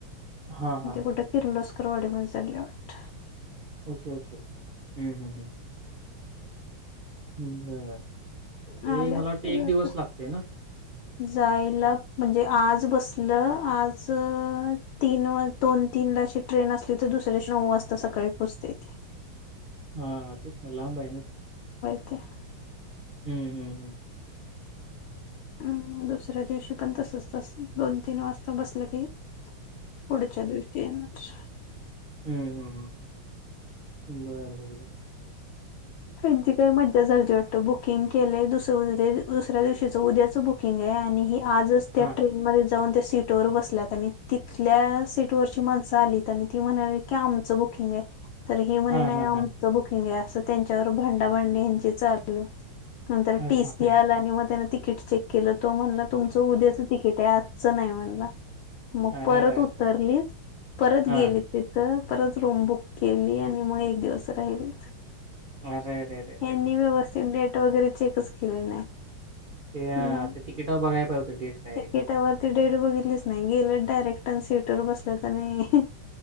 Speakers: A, on the right; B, on the left.
A: हां, हां, हां.
B: कुठ कि ककवडीमध्ये सलेट
A: ओके ओके हम्म हम्म हम् हम्म बर
B: वाटतं
A: ते
B: आले
A: मला
B: असतील
A: वाटतें एक दिवस
B: आता
A: लागते ना
B: जायला म्हणजे आज बसलं आज तीन दोन तीन ट्रेन असली तर दुसऱ्याशी नऊ वाजता सकाळी पोचतेेते
A: हा तेच का लांब आहे
B: ओके
A: हम्म हम्म हम्म
B: अम् दुसऱ्या दिवशी पण तसच तस दोन तीन वाजता बसलं की पुढच्या दिवशी येनच
A: हम्म हम्म हम बर बर बर
B: त्यांची काय मज्जा झाली जेवट बुकिंग केलंय दुस उद्या दुसऱ्या दिवशीच उद्याच बुकिंग आहे आणि आजच त्या
A: हां.
B: ट्रेन म जाऊन त्या सीट ववर बसल्यात आणि तिथल्या सीटवरची माणसं आलीत आणि ती म्हणाली की आमचं ब खिंगे तर हे म्हणे
A: हां,
B: नाही
A: हां,
B: आमचं
A: हां.
B: बुकिंग आहे असं त्यांच्यावर भांडाभांडी यांची चाललू नंतर
A: अरे
B: टीसी
A: बापरे!
B: आला आणि मग त्याने तिकीट चेक केलं त म्हणलं तुमचं उद्याचं तिकीट आहे आ नाही म्हणला मग
A: अरेरेरे!
B: परत उतरली परत
A: हां.
B: गेली तिथं परत रूम बुक केली आणि मग एक दिवस राहिली
A: अरेरेरे!
B: यांनीनी व्यवस्थित डेट वगैरे चेकच केले नाही
A: ते ह
B: मग
A: ते तिकिट बघाय प होतं डेट काय आहे
B: तिकिटावरती
A: ते
B: डेट बघितलीच नाही गेले डायरेक्ट सीटवर बसले आणि